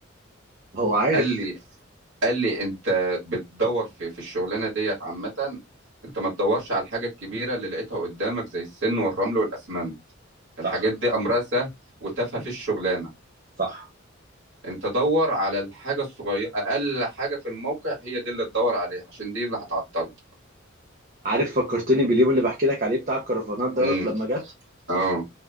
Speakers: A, on the right; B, on the right.
A: هو عارف
B: قال لي قال لي انت بتدور في في الشغلانه ديت عامه انت ما تدورش على الحاجه الكبيره اللي لقيتها قدامك زي السن والرمل والاسمنت
A: صح
B: الحاجات دي امرها سهل وتافهه في الشغلانه
A: صح
B: انت دور على الحاجه الصغيره اقل حاجه في الموقع هي دي اللي تدور عليها عشان دي اللي هتعطلك
A: عارف فكرتني باليوم اللي بحكي لك عليه بتاع الكرفانات دوت
B: امم
A: لما جت
B: اه